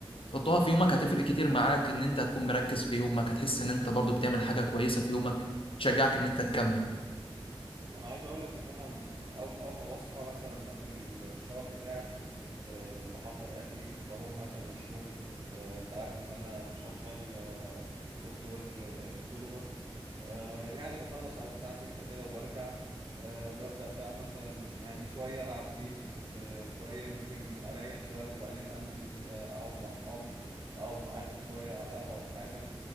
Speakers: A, on the left; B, on the right.
A: تحطها في يومك هتفرق كتير معاك ان انت هتكون مركز في يومك هتحس ان انت برضو بتعمل حاجة كويسة في يومك تشجعك ان انت تكمل
B: انا عايز اقول لك ان انا م- اول من اول ما بصحى مثلا باخد الشاور بتاعي أه بحضر اكلي بروح مثلا الشغل أه انت عارف ان انا شغال سوفت وير ديفلوبر أه يعني بخلص على الساعة ستة كده وبرجع أه ببدأ بقى مثلا يعني شوية العب جيمز أه شوية ممكن اريح شوية وبعدين انزل أه اقعد مع اصحابي اقعد معاكوا شوية على القهوة او حاجة